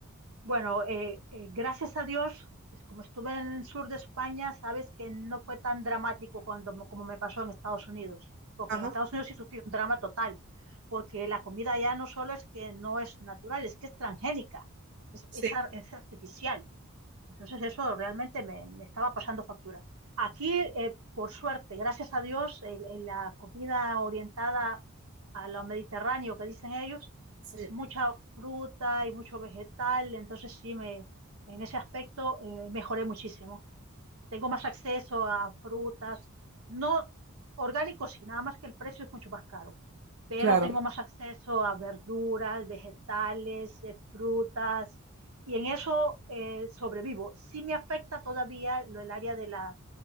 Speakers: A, on the right; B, on the right.
A: Bueno, eh, eh, gracias a Dios, es como estuve en el sur de España, sabes que no fue tan dramático cuando, me- como me pasó en Estados Unidos. Porque
B: Ajá,
A: en Estados Unidos sí sufrí un drama total. Porque la comida ya no solo es que no es natural, es que es transgénica. es
B: sí,
A: es ar- es artificial. Entonces eso realmente me, me estaba pasando factura. Aquí, eh, por suerte, gracias a Dios, el- el- la comida orientada a lo mediterráneo que dicen ellos,
B: sí.
A: es mucha fruta y mucho vegetal, entonces sí, me, en ese aspecto eh, mejoré muchísimo tengo más acceso a frutas, no orgánicos y nada más que el precio es mucho más caro, pero
B: Claro.
A: tengo más acceso a verduras, vegetales, eh, frutas, y en eso eh, sobrevivo. Sí me afecta todavía lo del área de la,